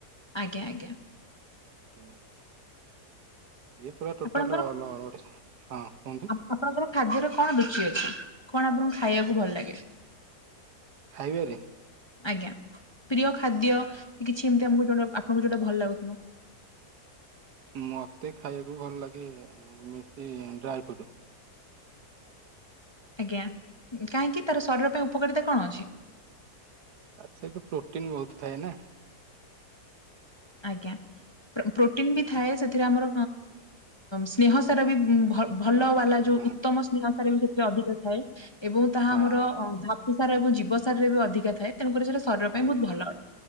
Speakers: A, on the left; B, on the right.
A: ଆଜ୍ଞା ଆଜ୍ଞା।
B: <inaudible> ଇଏ ପୁରା ଟୋଟାଲ
A: ଆପଣଙ୍କର
B: ଅଲ ଓଡ଼ିଶା ହଁ କୁହନ୍ତୁ?
A: ଆପଣଙ୍କର ଖାଦ୍ୟର କଣ ରୁଚି ଅଛି କଣ ଆପଣଙ୍କୁ ଖାଇବାକୁ ଭଲ ଲାଗେ?
B: ଖାଇବା ପାଇ।
A: ଆଜ୍ଞା ପ୍ରିୟ ଖାଦ୍ୟ କି କିଛି ଏମତି ଆମକୁ ଯୋଉ ଆପଣଙ୍କୁ ଯୋଉଟା ଭଲ ଲାଗୁଥିବ?
B: ମତେ ଖାଇବାକୁ ଭଲ ଲାଗେ ବେଶି ଡ୍ରାଏ ଫ୍ରୁଟ।
A: ଆଜ୍ଞା କାହିଁକି ତାର ଶରୀର ପାଇଁ ଉପକାରିତା କଣ ଅଛି?
B: ସିଏ ତ ପ୍ରୋଟିନ ବହୁତ ଥାଏ ନା।
A: ଆଜ୍ଞା ପ୍ରୋଟିନ ବି ଥାଏ ସେଥିରେ ଆମର ସ୍ନେହ ସାରା ବି ଭଲ ବାଲା ଯୋଉ
B: ହଁ
A: ଉତ୍ତମ ସ୍ନେହତାରେ ବି ସେଥିରେ ଅଧିକ ଥାଏ ଏବଂ
B: ହଁ
A: ତାହା ଆମର ସାର ଏବଂ ଜୀବସାରରେ ବି ଅଧିକା ଥାଏ ତେଣୁକରି ସେଟାରୀର ପାଇଁ
B: ଆଜ୍ଞା
A: ବହୁତ ଭଲ। ଅଟେ